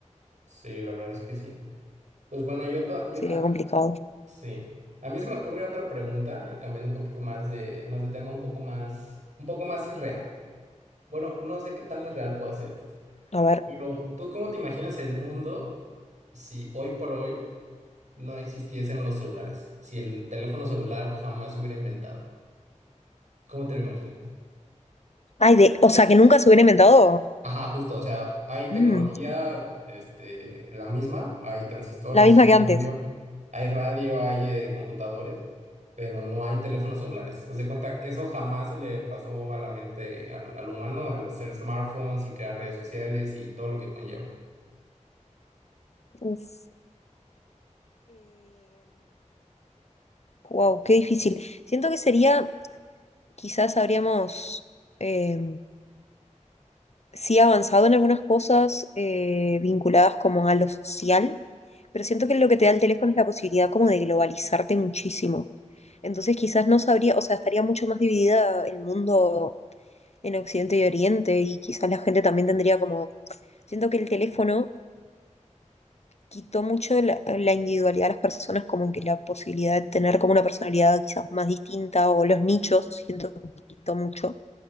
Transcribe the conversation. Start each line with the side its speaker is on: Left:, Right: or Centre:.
Right: Sí, la verdad es que sí. Pues bueno, yo, to- yo
Left: Sería
Right: ah,
Left: complicado.
Right: sí. A mí se me ocurre otra pregunta, eh, cambiando un poquito más de, más de tema, un poco más, un poco más irreal. Bueno, no sé qué tan irreal puedo hacer esto.
Left: A ver.
Right: Pero, ¿tú cómo te imaginas el mundo si hoy por hoy no existiesen los celulares? Si el teléfono celular jamás se hubiera inventado. ¿Cómo te lo imaginas?
Left: Ay, de, o sea, que nunca se hubiera inventado.
Right: Ajá, justo, o sea, hay tecnología,
Left: Mm,
Right: este, la misma, hay transistores,
Left: la misma
Right: hay
Left: que
Right: radio,
Left: antes.
Right: hay radio, hay eh, computadores, pero no hay teléfonos celulares. O sea, cuenta, eso jamás se le pasó a la mente al, al humano al hacer smartphones y crear redes sociales y todo lo que conlleva.
Left: Uf. wow, qué difícil. Siento que sería, quizás habríamos eh, sí avanzado en algunas cosas eh, vinculadas como a lo social, pero siento que lo que te da el teléfono es la posibilidad como de globalizarte muchísimo. Entonces quizás no sabría, o sea, estaría mucho más dividida el mundo en Occidente y Oriente y quizás la gente también tendría como, siento que el teléfono quitó mucho de la, la individualidad de las personas, como que la posibilidad de tener como una personalidad quizás más distinta o los nichos, siento que quitó mucho.